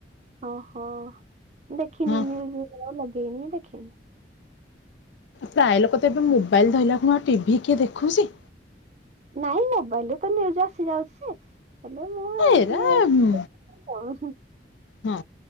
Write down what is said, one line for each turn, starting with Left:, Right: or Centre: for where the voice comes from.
Right: ଓହୋ ଦେଖିନି
Left: ହଁ
Right: ନିଉଜ୍ ଲଗେଇନି ଦେଖିନି।
Left: ପ୍ରାୟ ଲୋକ ତ ଏବେ ମୋବାଇଲ୍ ଧଇଲା ଖୁଣୁ ଆଉ ଟିଭି କିଏ ଦେଖୁଚି?
Right: ନାଇଁ ମୋବାଇଲରେ ତ ନିଉଜ୍ ଆସି ଯାଉଚି ଯେ। ହେଲେ ମୁଁ
Left: ଏରା
Right: ଟିକେ
Left: ହଁ
Right: <unintelligible>
Left: ହଁ